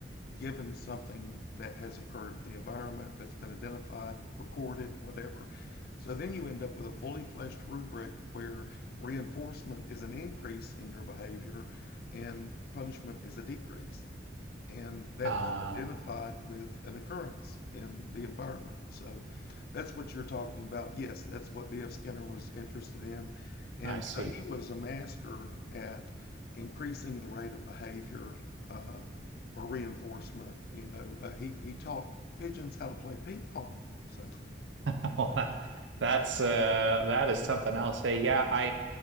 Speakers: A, on the left; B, on the right.
A: given something that has occurred in the environment that's been identified, recorded, whatever. So then you end up with a fully fleshed rubric where reinforcement is an increase in your behavior and punishment is a decrease and that's
B: Ah,
A: identified with an occurrence in the environment. So that's what you're talking about. Yes, that's what B.F. Skinner was interested in. And
B: I see.
A: you know, he was a master at increasing the rate of behavior uh, or reinforcement. You know, uh, he, he taught pigeons how to play ping pong. So
B: <laughs> that's uh that is something else. Hey, yeah, I